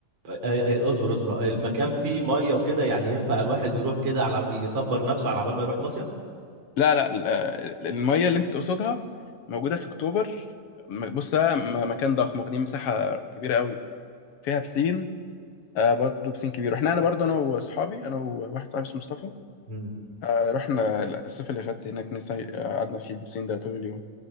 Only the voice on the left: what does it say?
لا لا ال- المية اللي انت تقصدها موجودة في اكتوبر م- بص ده م- مكان ضخم واخدين مساحة كبيرة قوي فيها بسين آه برضه بسين كبير احنا انا برضه انا واصحابي انا وواحد صاحبي اسمه مصطفى
آه رحنا الصيف اللي فات هناك نسي... آه، قعدنا في البسين ده طول اليوم